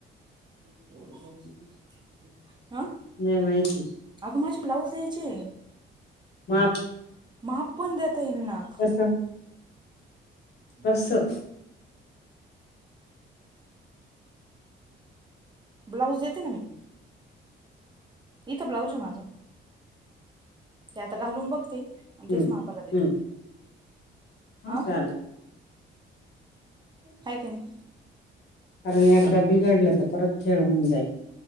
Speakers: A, on the right (about 20°); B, on the left (about 55°).
A: <unintelligible> हं?
B: नाही माहिती
A: अगं माझे ब्लाऊज द्यायचे.
B: माप
A: माप पण देता येईल ना.
B: कसं कसं
A: बस्स. ब्लाऊज देते ना मी. इथं ब्लाऊज आहे माझा ते आता घालून बघते, नी
B: हम्म
A: तेच मापाला देते.
B: हम्म
A: हा?
B: चालेल
A: हाय की नाही?
B: कारण एकदा बिघडलं तर परत खेळ हुन जाईल.